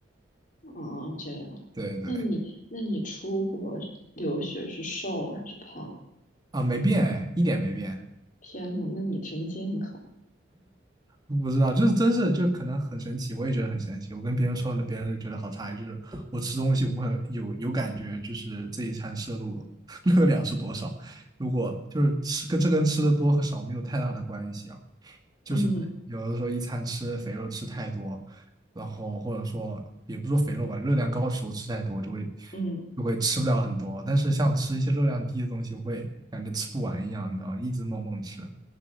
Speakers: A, on the left; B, on the right.
A: 哦，这样，
B: 对对对，
A: 那你那你出国留学是瘦还是胖？
B: 啊，没变哎，一点没变。
A: 天呐，那你真健康。
B: 不知道，就是真是就可能很神奇，我也觉得很神奇。我跟别人说了，别人就觉得好诧异，就是我吃东西我会有有感觉，就是这一餐摄入 <laughs> 热量是多少。如果就是吃跟这跟吃的多和少没有太大的关系啊，就是有的时候一餐吃肥肉吃太多，
A: 嗯。
B: 然后或者说也不说肥肉吧，热量高的食物吃太多就会
A: 嗯，
B: 就会吃不了很多，但是像吃一些热量低的东西，我会感觉吃不完一样，你知道吗，一直猛猛吃。